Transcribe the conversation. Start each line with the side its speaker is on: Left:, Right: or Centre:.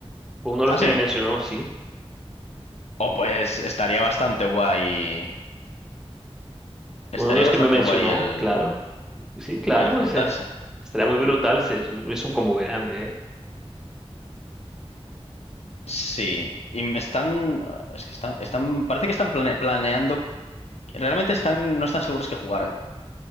Centre: Fue uno de los
Left: Ah,
Centre: que
Left: sí.
Centre: me mencionó, sí.
Left: Oh, pues estaría bastante guay.
Centre: Fue
Left: Estaría
Centre: uno de los
Left: bastante
Centre: que me mencionó,
Left: guay el,
Centre: claro. Sí, claro,
Left: el juntarse.
Centre: ese. Estaría muy brutal, ese es un, es un combo grande, ¿eh?
Left: Sí. Y me están. Es que están. Están. Parece que están plane- planeando. Realmente están. No están seguros que jugar.